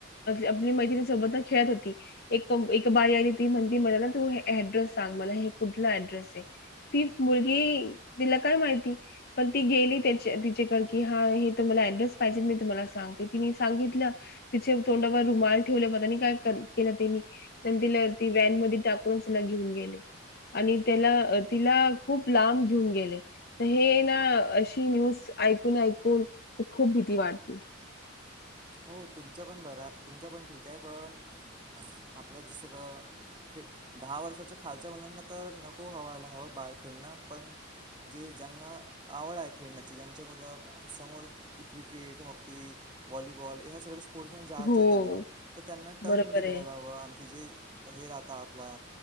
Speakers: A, on the left; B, on the right.
A: आपली मैत्रिणी सोबत खेळत होती एक एक बाई आली ती म्हणली मला ना तू ऍड्रेस सांग मला हे कुठला ऍड्रेस आहे ती मुलगी तिला काय माहिती पण ती गेली त्या तिच्याकड कि हा आ तर मला ऍड्रेस पाहिजे मी तुम्हाला सांगते तिने सांगितलं तिचे तोंडावर रुमाल ठेवलं पता नही काय करल केल तेनी तिला ती वॅन मध्ये टाकूनच तिला घेऊन गेले आणि त्याला तिला खूप लांब घेऊन गेले तर हे ना अशी न्यूज ऐकून ऐकून तर खूप भीती वाटती.
B: हो तुमच पण बरा तुमच पण ठीक आहे पण आपल्या जस अ दहा वर्षाच्या खालच्या मुलांना तर नको हवाला हवं बार खेळणं पण जे ज्यांना आवड आहे खेळण्याची ज्यांचे मुलं समोर क्रिकेट हॉकी वॉलीबॉल बॉल ह्या सगळं. स्पोर्ट्स मध्ये जायचं
A: हो.
B: आहे त्यांनला तर त्यांना टर्फ
A: बरोबर
B: मध्ये खेळायला
A: आहे.
B: हवं आणखी जे. अ हे राहता आपला